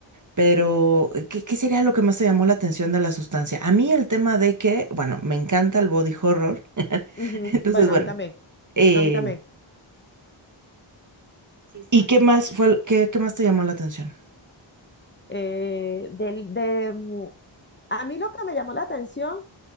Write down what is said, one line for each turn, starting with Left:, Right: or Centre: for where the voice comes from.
Right: Pero, ¿qué, qué sería lo que más te llamó la atención de la sustancia? A mí el tema de que, bueno, me encanta el body horror. <laughs>
Left: ujú.
Right: Entonces,
Left: Bueno,
Right: bueno,
Left: a mí también,
Right: eh,
Left: a mí también.
Right: ¿y qué más fue, el- qué, qué más te llamó la atención?
Left: Eh, del, de, mm, a mí lo que me llamó la atención, o